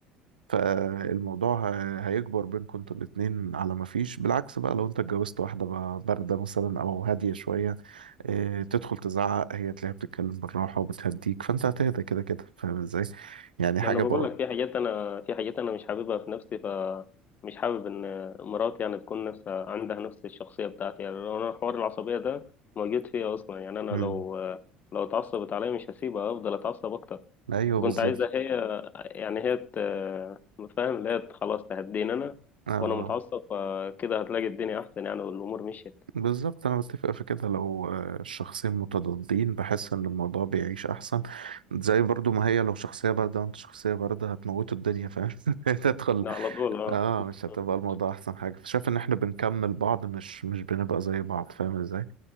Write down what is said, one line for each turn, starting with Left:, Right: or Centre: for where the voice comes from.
Right: فالموضوع ه- هيكبر بينكم انتوا الاتنين على ما فيش بالعكس بقى لو انت اتجوزت واحدة بقى باردة مثلا او هادية شوية اه تدخل تزعق هي تلاقيها بتتكلم بالراحة وبتهديك فانت هتهدى كده كده فاهم ازاي يعني
Left: ما
Right: حاجة
Left: انا بقول
Right: بقى
Left: لك في حاجات انا في حاجات انا مش حاببها في نفسي فمش حابب ان مراتي يعني تكون نفس عندها نفس الشخصيه بتاعتي يعني لو انا حوار العصبيه ده موجود فيا اصلا يعني انا
Right: مم.
Left: لو لو اتعصبت عليا مش هسيبها افضل اتعصب اكتر
Right: ايوه
Left: كنت
Right: بالظبط
Left: عايزها هي يعني هي ت- فاهم اللي هي خلاص تهديني انا
Right: اه
Left: وانا متعصب فكده هتلاقي الدنيا احسن يعني والامور مشيت
Right: بالظبط انا بتفق في كده لو آه، الشخصين متضادين بحس ان الموضوع بيعيش احسن زي برضو ما هي لو شخصية باردة وانت شخصية باردة هتموتوا الدنيا فاهم <laughs> تدخل
Left: لا على طول اه
Right: اه
Left: <laughs>
Right: مش هتبقى الموضوع احسن حاجه فشايف ان احنا بنكمل بعض مش مش بنبقى زي بعض فاهم ازاي